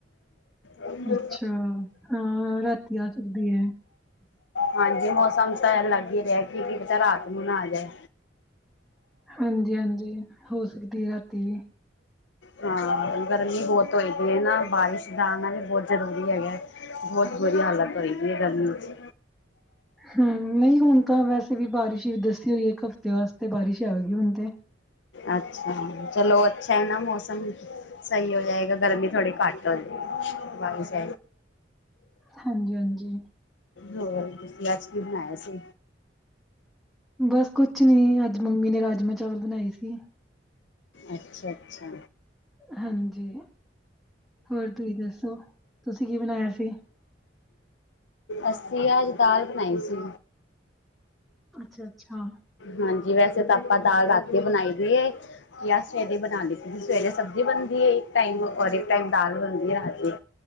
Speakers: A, on the left; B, in the centre.
A: ਹਾਂਜੀ।
B: ਅੱਛਾ ਹਾਂ ਰਾਤੀ ਆ ਸਕਦੀ ਹੈ
A: ਹਾਂਜੀ ਮੌਸਮ ਤਾਂ ਐ ਲੱਗ ਹੀ ਰਿਹਾ ਕਿ ਕੀ ਕਿਤੇ ਰਾਤ ਨੂੰ ਨਾ ਆ ਜਾਏ।
B: ਹਾਂਜੀ ਹਾਂਜੀ ਹੋ ਸਕਦੀ ਰਾਤੀ।
A: ਹਾਂ, ਗਰਮੀ ਬਹੁਤ ਹੋਈ ਪਈ ਐ ਨਾ, ਬਾਰਿਸ਼ ਦਾ ਆਣਾ ਵੀ ਬਹੁਤ ਜ਼ਰੂਰੀ ਹੈਗਾ। ਬਹੁਤ ਬੁਰੀ ਹਾਲਤ ਹੋਈ ਪਈ ਐ ਗਰਮੀ ਚ।
B: ਹੂੰ ਨਹੀਂ ਹੁਣ ਤਾਂ ਵੈਸੇ ਵੀ ਬਾਰਿਸ਼ ਹੀ ਦੱਸੀ ਹੋਈ ਏ ਇੱਕ ਹਫ਼ਤੇ ਵਾਸਤੇ, ਬਾਰਿਸ਼ ਹੀ ਆਵੇਗੀ ਹੁਣ ਤੇ।
A: ਅੱਛਾ ਚਲੋ, ਅੱਛਾ ਐ ਨਾ ਮੌਸਮ। ਸਹੀ ਹੋ ਜਾਏਗਾ, ਗਰਮੀ ਥੋੜੀ ਘੱਟ ਹੋ ਜੇ ਬਾਰਿਸ਼ <inaudible>
B: ਹਾਂਜੀ-ਹਾਂਜੀ,
A: ਹੋਰ ਤੁਸੀਂ ਅੱਜ ਕੀ ਬਣਾਇਆ ਸੀ?
B: ਬਸ ਕੁਛ ਨੀ, ਅੱਜ ਮੰਮੀ ਨੇ ਰਾਜਮਾਂਹ ਚਾਵਲ ਬਣਾਏ ਸੀ।
A: ਅੱਛਾ ਅੱਛਾ।
B: ਹਾਂਜੀ। ਹੋਰ ਤੁਸੀਂ ਦੱਸੋ, ਤੁਸੀਂ ਕੀ ਬਣਾਇਆ ਸੀ?
A: ਅਸੀ ਅੱਜ ਦਾਲ ਬਣਾਈ ਸੀ।
B: ਅੱਛਾ ਅੱਛਾ।
A: ਹਾਂਜੀ, ਵੈਸੇ ਤਾਂ ਆਪਾਂ ਦਾਲ ਰਾਤੀ ਬਣਾਈ ਦੀ ਏ। ਜਾ ਸਵੇਰੇ ਬਣਾਈ ਲਿੱਤੀ ਸੀ, ਸਵੇਰੇ ਸਬਜ਼ੀ ਬਣਦੀ ਏ ਇੱਕ ਟਾਈਮ ਔਰ ਇੱਕ ਟਾਈਮ ਦਾਲ ਬਣਦੀ ਆ ਰਾਤੀਂ।